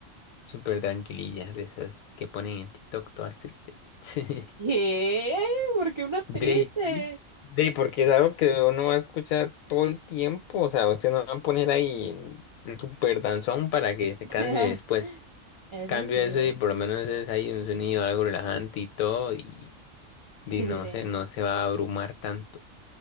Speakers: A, on the left; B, on the right.
A: súper tranquililla de esas que ponen en TikTok todas tristes. <laughs>
B: ¿Qué? ¿Por qué una triste?
A: De, sí, de, porque es algo que uno va a escuchar todo el tiempo. O sea, usted no va a poner ahí el súper danzón para que se
B: <laughs>
A: canse después.
B: Eso
A: Cambio
B: sí.
A: eso y por lo menos es ahí un sonido algo relajante y todo. Y, y
B: Sí,
A: no
B: sí, sí.
A: sé, no se va a abrumar tanto